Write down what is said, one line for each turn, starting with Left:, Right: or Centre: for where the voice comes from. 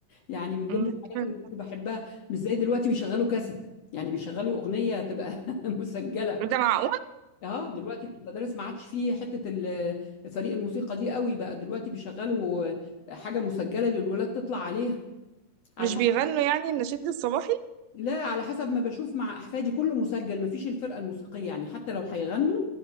Left: يعني من ضمن
Right: مم.
Left: الحاجات
Right: <laughs>
Left: اللي كنت بحبها مش زي دلوقتي بيشغلوا كاسيت يعني بيشغلوا اغنيه هتبقى <laughs> مسجله
Right: ده معقول
Left: اه دلوقتي في المدارس ما عادش فيه حته ال- فريق الموسيقى دي قوي بقى دلوقتي بيشغلوا حاجه مسجله للولاد تطلع عليها على
Right: مش
Left: حسب
Right: بيغنوا يعني النشيد الصباحي
Left: لا على حسب ما بشوف مع احفادي كله مسجل ما فيش الفرقه الموسيقيه يعني حتى لو هيغنوا